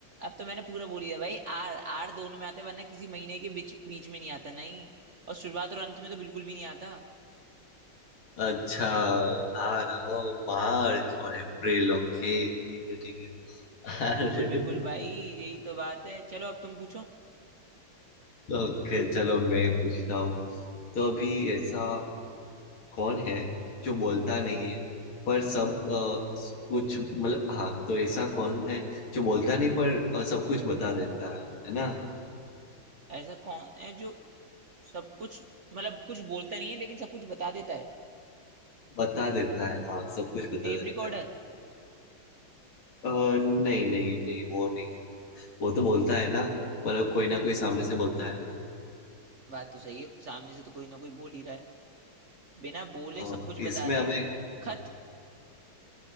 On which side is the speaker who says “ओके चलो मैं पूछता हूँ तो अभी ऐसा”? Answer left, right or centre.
Left